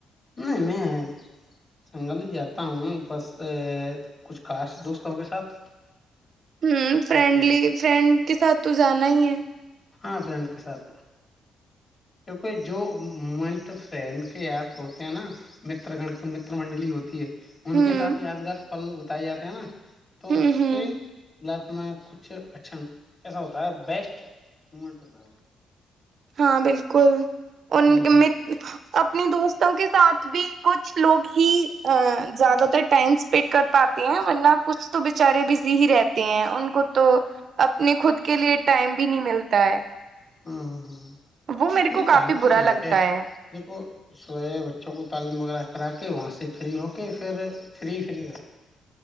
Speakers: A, on the left (about 35°); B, on the right (about 60°).
A: نہیں میں سنگل ہی جاتا ہوں بس کچھ خاص دوستوں کے ساتھ
B: ہوں فرینڈلی
A: اور کہیں
B: فرینڈ کے ساتھ تو جانا ہی ہے
A: ہاں فرینڈ کے ساتھ کیونکہ جو مومنٹ فرینڈ کے یاپ ہوتے ہیں نا م گ مر منڈلی ہوتی ہے ان
B: ہوں
A: کے ساتھ یادگار پل بتائے جاتے ہیں نا تو
B: ہوں
A: اس
B: ہوں
A: سے لائف میں کچھ اچھا ایسا ہوتا ہے بیسٹ ہومنٹ ہوتا
B: ہاں بالکل ان
A: ہاں
B: کے
A: ہاں
B: مت اپنے دوستوں کے ساتھ بھی کچھ لوگ ہی ا زیادہ تر ٹائم اسپینڈ کر پاتے ہیں ورنہ کچھ تو بچارے بزی ہی رہتے ہیں ان کو تو اپنے خود کے لیے ٹائم بھی نہیں ملتا ہے
A: ہوں ہ ہوں ہ <unintelligible>
B: وہ میرے
A: نہیں
B: کو کافی
A: ٹم تو
B: برا
A: ج
B: لگتا
A: کہ
B: ہے
A: دو س بچوں کو تعلیم وغیرہا وہاں سے فری ہو کے پھر فری فری